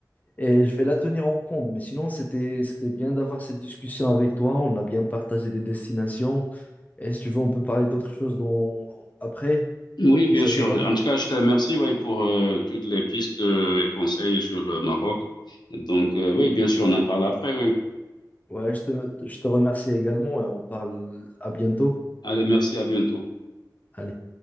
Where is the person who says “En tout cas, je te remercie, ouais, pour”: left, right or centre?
Left